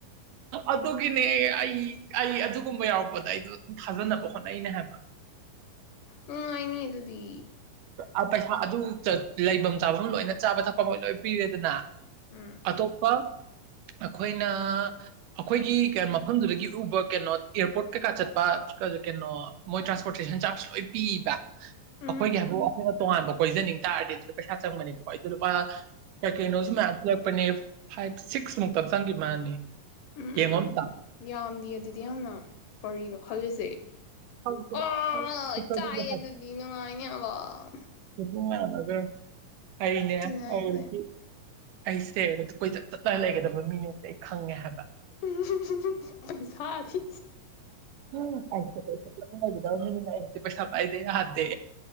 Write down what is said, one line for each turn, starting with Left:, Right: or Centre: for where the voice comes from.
Right: ꯑꯗꯨꯒꯤꯅꯦ ꯑꯩ ꯑꯩ ꯑꯗꯨꯒꯨꯝꯕ ꯌꯥꯎꯔꯛꯄꯗ ꯑꯩꯗꯣ ꯑꯗꯨꯝ ꯊꯥꯖꯅꯕ ꯍꯣꯠꯅꯩꯅꯦ ꯍꯥꯏꯕ
Left: ꯅꯨꯡꯉꯥꯏꯅꯤ ꯑꯗꯨꯗꯤ
Right: ꯑ ꯄꯩꯁꯥ ꯑꯗꯨ ꯂꯩꯐꯝ ꯆꯥꯐꯝ ꯂꯣꯏꯅ ꯆꯥꯕ ꯊꯛꯄ ꯃꯣꯏ ꯂꯣꯏ ꯄꯤꯔꯦꯗꯅ
Left: ꯎꯝ
Right: ꯑꯇꯣꯞꯄ ꯑꯩꯈꯣꯏꯅ ꯑꯩꯈꯣꯏꯒꯤ ꯃꯐꯝꯗꯨꯗꯒꯤ ꯎꯕ ꯀꯩꯅꯣ ꯑꯦꯌꯥꯔꯄꯣꯔꯠ ꯀꯩꯀꯥ ꯆꯠꯄ ꯀꯩꯅꯣ ꯃꯣꯏ ꯇ꯭ꯔꯥꯟꯁꯄꯣꯔꯇꯦꯁꯟ ꯆꯥꯔꯖ ꯂꯣꯏ ꯄꯤꯕ
Left: ꯎꯝ
Right: ꯑꯩꯈꯣꯏꯒꯤ ꯍꯥꯏ ꯑꯗꯨꯗ ꯑꯩꯈꯣꯏꯅ ꯇꯣꯉꯥꯟꯕ ꯀꯣꯏꯖꯅꯤꯡ ꯇꯥꯔꯗꯤ ꯑꯗꯨꯗ ꯄꯩꯁꯥ ꯆꯪꯕꯅꯤꯀꯣ ꯑꯩꯗ ꯂꯨꯄꯥ ꯀꯩ ꯀꯩꯅꯣꯁꯨ ꯃꯌꯥꯝ ꯄꯤꯔꯛꯄꯅꯦ ꯐꯥꯏꯚ ꯁꯤꯛꯁ ꯃꯨꯛꯇꯪ ꯆꯪꯈꯤ ꯃꯥꯜꯅꯤ
Left: ꯎꯝ
Right: ꯌꯦꯡꯉꯣ
Left: ꯎꯝ ꯎꯝ
Right: ꯑꯝꯇ
Left: ꯌꯥꯝꯗꯤ ꯑꯗꯨꯗꯤ ꯌꯥꯝꯅ ꯀꯔꯤꯅꯣ ꯈꯜꯂꯤꯁꯦ
Right: ꯆꯠꯄꯗꯨꯗꯤ
Left: ꯑ ꯆꯥꯏꯌꯦ ꯑꯗꯨꯗꯤ ꯅꯨꯡꯉꯥꯏꯅꯦꯕ <inaudible>
Right: ꯌꯥꯒꯦ ꯍꯥꯏꯅꯦ
Left: ꯑꯗꯨꯅꯦ
Right: ꯑꯩꯁꯦ
Left: ꯍꯥꯏꯁꯦ
Right: ꯀꯣꯏꯆꯠ ꯆꯠꯂ ꯂꯩꯒꯗꯕ ꯃꯤꯅꯁꯦ ꯑꯩ ꯈꯪꯉꯦ ꯍꯥꯏꯕ
Left: ꯎꯝ ꯄꯩꯁꯥꯗꯤ
Right: ꯎꯝ ꯗ ꯄꯩꯁꯥ ꯄꯥꯏꯗ ꯌꯥ ꯍꯥꯗꯦ